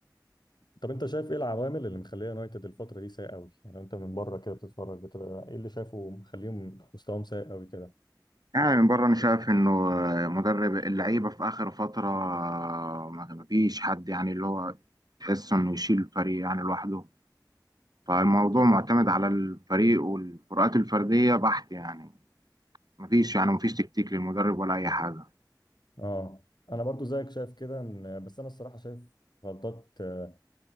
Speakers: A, on the left; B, on the right.
A: طب انت شايف ايه العوامل اللي مخليه يونايتد الفترة دي سيء قوي يعني لو انت من بره كده بتتفرج بتبقى ايه اللي شايفه مخليهم مستواهم سيء قوي كده
B: يعني من بره انا شايف انه مدرب اللعيبه في اخر فتره ما ما فيش حد يعني اللي هو تحس انه يشيل الفريق يعني لوحده فالموضوع معتمد على الفريق والفروقات الفرديه بحت يعني ما فيش يعني ما فيش تكتيك للمدرب ولا اي حاجه
A: اه انا برضو زيك شايف كده ان بس انا الصراحة شايف غلطات آه،